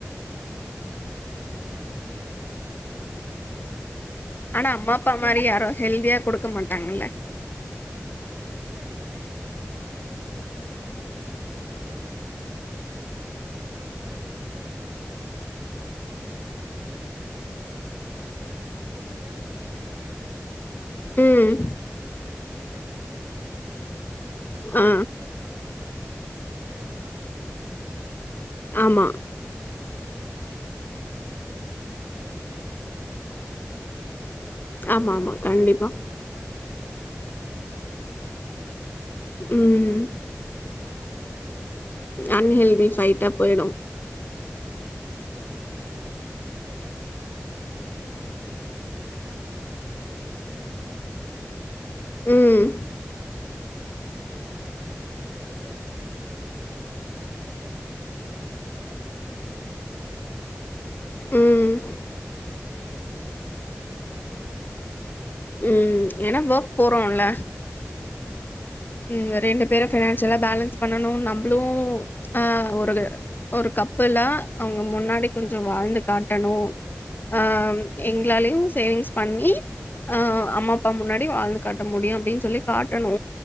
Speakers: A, on the right (about 45°); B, on the left (about 40°).
A: சாக்லேட்ஸ் இல்ல எ லிமிட்டாதா சாக்லேட் சாப்டுங்க போதுன்ன
B: ஆனா அம்மா அப்பா மாறி யாரு ஹெல்தியா குடுக்க மாட்டாங்கள
A: ஆமா இல்ல ஜாயிண்ட் ஜாயிண்ட் ஃபேமிலில இருக்கும் போது அம்மா வந்து ஐயோ இவ்ளோ சாக்லேட் வேணானு சொன்னா கூட ஒரு டைம் சொல்வாங்க அப்புற வந்து இல்ல அது என்ன ஆகு ஒன்னு ஆகாது ஒன்னு தான குடுக்றேன் பாட்டி சொல்வாங்க தாத்தாவு
B: ம்
A: ஒன்னு தான குடுப்பேனோ எல்லா ஒன்னு ஒன்னு தா குடுப்பாங்க ஹா பத்து
B: ஆ
A: பேர் பத்து குடுத்துருவாங்க அது அம்மாக்கு மட்டு தா தெரியு
B: ஆமா
A: அதுவே பாதி சில டைமு வீட்ல அதுவே ஒரு சில டைமு கிளாஷ் ஆனாலுமே ஆவு
B: ஆமா ஆமா கண்டிப்பா
A: அ எ உங்க குழந்திங்ளுக்கு என்ன குடுக் வேணான் சொல்றீங்ளான்ற மாரிர்க் கு
B: ம்
A: அது கொஞ்ச சங்கடமாவே போயிரு
B: அன்ஹெல்தி ஃபைட்டா போயிடு
A: ஆமா அது நம்ம கொழந்தைங்களுக்கு அ நியூக்ளியர் ஃபேம்லினா நம்ளுக்கு இது தா டெய்லி ரொட்டின் இதுதா பிக்ஸ் பண்ணிக்கிலா
B: ம்
A: ஜாயிண்ட் ஃபேமிலி நொன்ன அத ஃபிக்ஸ் பண்ண முடியாது ஏனா ஒவ்வொரு டைம் நம்ம ல பிரேக்ஃபஸ்ட் டைமே இதுதானானே பிக்ஸ் பண்ண முடியாது சில டைம் லேட் ஆகு
B: ம்
A: சில டைம் மர்லியராவே பண்ணி மோஸ்ட்லி லேட் ஆக தா சான்ஸ் இருக்கு
B: ம் ஏனா வெர்க்
A: அப்புறம்
B: போறோ இல்ல
A: ஆமா
B: ம் ரெண்டு பேரு பினான்சியலா பேலன்ஸ் பண்ணனு நம்புளு ஆ ஒருகு ஒரு கப்புலா அவுங்க முன்னாடி கொஞ்ச வாழ்ந்து காட்டணு ஆ
A: ஆமா,
B: எங்ளாலயு சேவிங்ஸ் பண்ணி ஆ அம்மா அப்பா முன்னாடி வாழ்ந்து காட்ட முடியு அப்டின் சொல்லி காட்டணு